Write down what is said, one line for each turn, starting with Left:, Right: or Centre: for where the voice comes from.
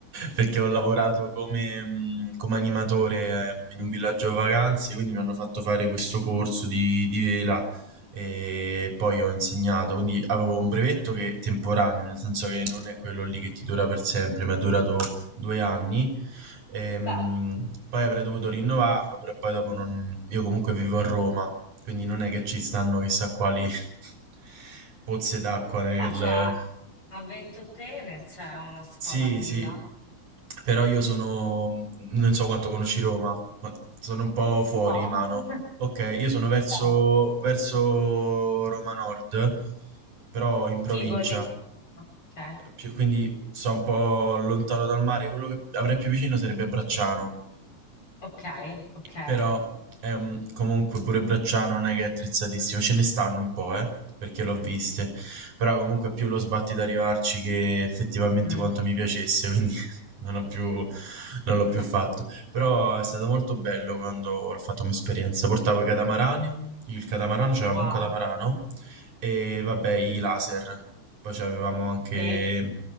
Right: perché ho lavorato come, mm, come animatore eh, in un villaggio vacanze, quindi mi hanno fatto fare questo corso di, di vela e poi ho insegnato, quindi avevo un brevetto che è temporaneo, nel senso che non è quello lì che ti dura per sempre, mi è durato due anni Ehm,
Left: beh,
Right: poi avrei dovuto rinnovarlo, però poi dopo non... Io comunque vivo a Roma, quindi non è che ci stanno chissà quali <laughs> pozze d'acqua nel...
Left: ma c'è a Ventotene c'è una scuola
Right: Sì,
Left: a vela,
Right: sì, però io sono... non so quanto conosci Roma, ma sono un po' fuori
Left: un po'.
Right: mano.
Left: <laughs>
Right: Ok, io sono
Left: Ok.
Right: verso, verso Roma Nord, però in provincia,
Left: Tivoli. Ok,
Right: più- quindi sto un po' lontano dal mare. Quello che avrei più vicino sarebbe Bracciano.
Left: ok, ok.
Right: Però è un- comunque pure Bracciano non è che è attrezzatissimo, ce ne stanno un po', eh, perché l'ho viste, però comunque è più lo sbatti da arrivarci che effettivamente
Left: Mm,
Right: quanto mi piacesse, quindi <laughs> non ho più, non l'ho più fatto. Però è stato molto bello quando l'ho fatto come esperienza. Portavo i catamarani, il catamarano, c'avevamo
Left: wow.
Right: un catamarano e vabbè i laser, poi avevamo anche
Left: Beh,